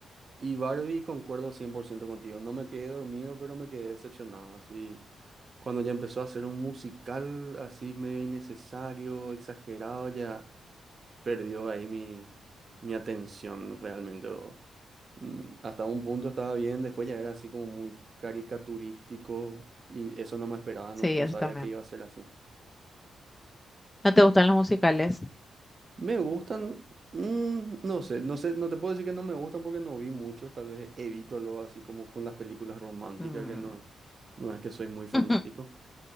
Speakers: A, on the right; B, on the left.
A: Y Barbie, concuerdo 100% contigo. No me quedé dormido, pero me quedé decepcionado. Así, cuando ya empezó a hacer un musical así medio innecesario, exagerado, ya perdió ahí mi, mi atención realmente. o, mm, hasta un punto estaba bien, después ya era así como muy caricaturístico y eso no me esperaba,
B: Sí,
A: no, no
B: eso
A: sabía
B: también.
A: que iba a ser así.
B: ¿No te gustan los musicales?
A: Me gustan, mm, no sé, no sé, no te puedo decir que no me gustan porque no vi muchos, tal vez evito lo así como con las películas románticas
B: Mm.
A: que no, no es que soy muy fanático.
B: <laughs>